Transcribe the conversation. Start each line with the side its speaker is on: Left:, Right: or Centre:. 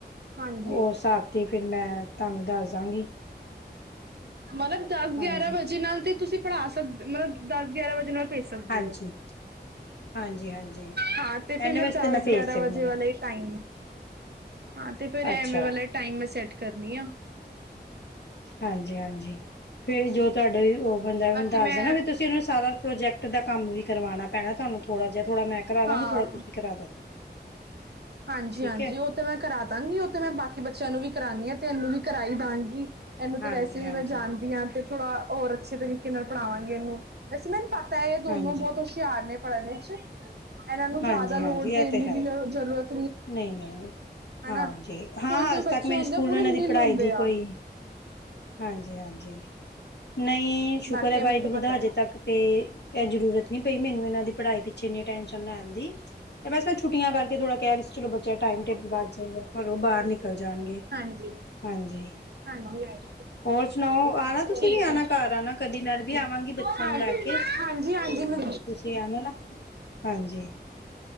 Right: ਹਾਂਜੀ
Left: ਉਸ ਹਿਸਾਬ ਤੀ ਫੇਰ ਮੈਂ ਤੁਹਾਨੂੰ ਦੱਸ ਦਾਂਗੀ।
Right: ਮਤਲਬ ਦਸ
Left: ਹਾਂਜੀ,
Right: ਗਿਆਰਾਂ ਵਜੇ ਨਾਲ ਤੇ ਤੁਸੀਂ ਪੜ੍ਹਾ ਸਕਦੇ, ਮਤਲਬ ਦਸ ਗਿਆਰਾਂ ਵਜੇ ਨਾਲ ਭੇਜ ਸਕਦੇ
Left: ਹਾਂਜੀ,
Right: ਹੋ।
Left: ਹਾਂਜੀ- ਹਾਂਜੀ
Right: ਹਾਂ, ਤੇ ਫੇਰ
Left: ਐਨੇ
Right: ਮੈਂ
Left: ਵਾਸਤੇ
Right: ਦਸ
Left: ਭੇਜ
Right: ਗਿਆਰਾਂ
Left: ਸਕਦੀ
Right: ਵਜੇ ਵਾਲੇ
Left: ਹਾਂ,
Right: ਟਾਈਮ ਹਾਂ, ਤੇ ਫੇਰ ਐਵੇਂ
Left: ਅੱਛਾ
Right: ਵਾਲਾ ਟਾਈਮ ਮੈਂ ਸੈਟ ਕਰਨੀ ਆ
Left: ਹਾਂਜੀ -ਹਾਂਜੀ ਫੇਰ ਜੋ ਤੁਹਾਡਾ ਓਵਨ ਓਵਨ ਦਾ ਤੁਹਾਡਾ
Right: ਬਾਕੀ ਮੈਂ
Left: ਦੱਸਦਾ ਨਾ ਵੀ ਤੁਸੀਂ ਉਹਨੂੰ ਸਾਰਾ ਪ੍ਰੋਜੈਕਟ ਦਾ ਕੰਮ ਵੀ ਕਰਵਾਉਣਾ। ਪੈਣਾ ਤੁਹਾਨੂੰ ਥੋੜਾ ਜਿਹਾ, ਥੋੜਾ ਮੈਂ ਕਰਾ ਦਾਂਗੀ,
Right: ਹਾਂ
Left: ਥੋੜਾ ਤੁਸੀਂ ਕਰਾ ਦੇਣਾ
Right: ਹਾਂਜੀ
Left: ਠੀਕ
Right: ਹਾਂਜੀ
Left: ਹੈ।
Right: ਉਹ ਤੇ ਮੈਂ ਕਰਾ ਦਵਾਂਗੀ, ਉਹ ਤੇ ਮੈਂ ਬਾਕੀ ਬੱਚਿਆਂ ਨੂੰ ਵੀ ਕਰਾਉਂਦੀ ਹਾਂ, ਤੇ ਇਹਨੂੰ ਵੀ ਕਰਾਈ ਦਾਂਗੀ। ਐਹਨੂੰ
Left: ਹਾਂਜੀ,
Right: ਤੇ ਵੈਸੇ ਵੀ
Left: ਹਾਂਜੀ,
Right: ਮੈਂ ਜਾਣਦੀ ਹਾਂ, ਤੇ ਥੋੜਾ ਹੋਰ ਅੱਛੇ ਤਰੀਕੇ ਤਰੀਕੇ ਨਾਲ ਪੜ੍ਹਾਵਾਂਗੇ ਇਹਨੂੰ, ਵੈਸੇ ਮੈਨੂੰ ਪਤਾ ਹੈ, ਇਹ ਦੋਨੋ
Left: ਹਾਂਜੀ,
Right: ਬਹੁਤ ਹੁਸ਼ਿਆਰ ਨੇ ਪੜ੍ਹਨ ਵਿਚ ਇਹਨਾਂ ਨੂੰ
Left: ਹਾਂਜੀ,
Right: ਜ਼ਿਆਦਾ ਲੋੜ
Left: ਹਾਂਜੀ ਇਹ
Right: ਦੇਣ
Left: ਤੇ
Right: ਦੀ
Left: ਹੈ।
Right: ਵੀ ਨਾ ਜ਼ਰੂਰਤ
Left: ਨਹੀਂ -ਨਹੀਂ ਹਾਂਜੀ
Right: ਹਨਾ
Left: ਹਾਂ,
Right: ਕੋਈ ਕੋਈ
Left: ਹਜੇ
Right: ਬੱਚੇ
Left: ਤੱਕ ਮੇਰੇ
Right: ਹੁੰਦੇ
Left: ਸਕੂਲ
Right: ਆ ਪੂਰੇ
Left: ਉਹਨਾਂ ਦੀ
Right: ਨਿਲ
Left: ਪੜ੍ਹਾਈ
Right: ਹੁੰਦੇ
Left: ਦੀ
Right: ਆ
Left: ਕੋਈ ਹਾਂਜੀ -ਹਾਂਜੀ ਨਹੀਂ ਸ਼ੁਕਰ
Right: ਬਾਕੀ
Left: ਵਾਹਿਗੁਰੂ
Right: ਮੈਨੂੰ ਤੇ ਪਤਾ
Left: ਦਾ ਹਜੇ
Right: ਹੈ
Left: ਤੱਕ ਤੇ ਇਹ ਜ਼ਰੂਰਤ ਨਹੀਂ ਪਈ, ਮੈਨੂੰ ਇਹਨਾਂ ਦੀ ਪੜ੍ਹਾਈ ਪਿੱਛੇ ਇੰਨੀ ਟੈਂਨਸ਼ਨ ਲੈਣ ਦੀ ਇਹ ਬਸ, ਛੁੱਟੀਆਂ ਕਰਕੇ ਥੋੜਾ ਕਹਿ ਰਹੇ ਸੀ, ਚਲੋ ਬੱਚਾ ਟਾਈਮ ਟੇਬਲ ਵੱਧ ਜਾਏਗਾ ਘਰੋਂ ਬਾਹਰ ਨਿਕਲ ਜਾਣਗੇ।
Right: ਹਾਂਜੀ
Left: ਹਾਂਜੀ,
Right: ਹਾਂਜੀ ਹਾਂਜੀ
Left: ਹੋਰ ਸੁਣਾਓ, ਆਣਾ ਤੁਸੀਂ
Right: ਠੀਕ
Left: ਵੀ ਆਣਾ
Right: ਹੈ।
Left: ਘਰ ਆਣਾ ਕਦੀ ਮੈਂ ਵੀ ਆਵਾਂਗੀ। ਬੱਚਿਆਂ
Right: ਹਾਂ
Left: ਨੂੰ ਲੈ ਕੇ, ਤੇ
Right: ਹਾਂਜੀ ਹਾਂਜੀ ਮੈਂ
Left: ਤੁਸੀਂ ਆਣਾ ਨਾ, ਹਾਂਜੀ।